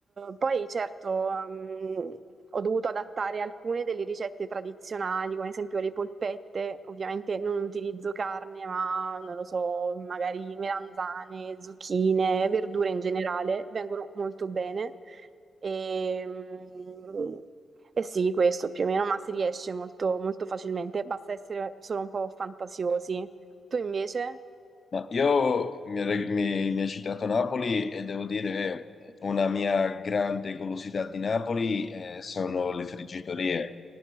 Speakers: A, on the right; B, on the left.
A: poi certo, ehm, ho dovuto adattare alcune delle ricette tradizionali, come ad esempio le polpette. Ovviamente non utilizzo carne, ma non lo so, magari melanzane, zucchine, verdure in generale, vengono molto bene. E, mm, e sì, questo più o meno, ma si riesce molto, molto facilmente, basta essere solo un po' fantasiosi. Tu invece?
B: Ma io mi, mi- mi hai citato Napoli e devo dire una mia grande golosità di Napoli eh, sono le friggitorie